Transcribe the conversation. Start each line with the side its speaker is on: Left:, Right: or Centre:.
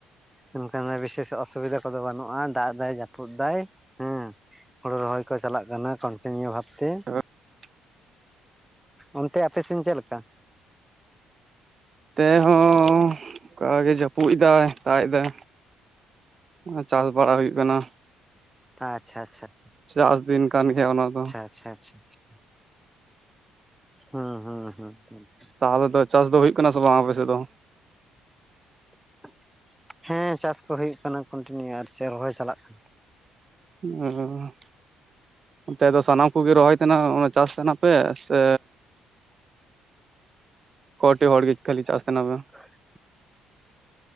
Centre: ᱚᱱᱠᱟᱱᱟᱜ ᱵᱤᱥᱮᱥ ᱚᱥᱩᱵᱤᱫᱷᱟ ᱠᱚᱫᱚ ᱵᱟᱹᱱᱩᱜᱼᱟ ᱫᱟᱜ ᱫᱟᱭ, ᱡᱟᱹᱯᱩᱫ ᱫᱟᱭ ᱦᱮᱸ ᱾ ᱦᱳᱲᱳ ᱨᱚᱦᱚᱭ ᱠᱚ ᱪᱟᱞᱟᱜ ᱠᱟᱱᱟ ᱠᱚᱱᱴᱤᱱᱤᱭᱩ ᱵᱷᱟᱵ ᱛᱮ ᱾
Right: <unintelligible>
Centre: ᱚᱱᱛᱮ ᱟᱯᱮ ᱥᱮᱱ ᱪᱮᱫ ᱞᱮᱠᱟ?
Right: ᱛᱮᱦᱚ ᱚᱱᱠᱟ ᱜᱮ ᱡᱟᱹᱯᱩᱫ ᱮᱫᱟᱭ, ᱫᱟᱜ ᱮᱫᱟᱭ ᱟ ᱪᱟᱥ ᱵᱟᱲᱟ ᱦᱩᱭᱩᱜ ᱠᱟᱱᱟ ᱾
Centre: ᱟᱪᱪᱷᱟ ᱟᱪᱪᱷᱟ ᱾
Right: ᱪᱟᱥ ᱫᱤᱱ ᱠᱟᱱ ᱜᱮᱭᱟ ᱚᱱᱟ ᱫᱚ ᱾
Centre: ᱟᱪᱪᱷᱟ ᱟᱪᱪᱷᱟ <unintelligible> ᱾ ᱦᱩᱸ ᱦᱩᱸ ᱦᱩᱸ ᱦᱩᱸ ᱾
Right: ᱛᱟᱦᱞᱮ ᱫᱚ ᱪᱟᱥ ᱫᱚ ᱦᱩᱭᱩᱜ ᱠᱟᱱᱟ ᱥᱮ ᱵᱟᱝ ᱟᱯᱮ ᱥᱮᱫ ᱫᱚ?
Centre: <inaudible> ᱦᱮᱸ ᱪᱟᱥ ᱠᱚ ᱦᱩᱭᱩᱜ ᱠᱟᱱᱟ ᱠᱚᱱᱴᱤᱱᱤᱭᱩ ᱟᱨ ᱪᱮ ᱨᱚᱦᱚᱭ ᱪᱟᱞᱟᱜ ᱠᱟᱱᱟ ᱾
Right: ᱚᱻ, ᱚᱱᱛᱮ ᱫᱚ ᱥᱟᱱᱟᱢ ᱠᱚᱜᱮ ᱨᱚᱦᱚᱭ ᱛᱟᱦᱮᱱᱟ ᱚᱱᱟ ᱪᱟᱥ ᱛᱟᱦᱮᱱᱟ ᱯᱮ? ᱥᱮ ᱠᱚᱴᱤ ᱦᱚᱲ ᱜᱮ ᱠᱷᱟᱹᱞᱤ ᱪᱟᱥ ᱛᱟᱦᱮᱱᱟ ᱯᱮ?
Centre: <inaudible>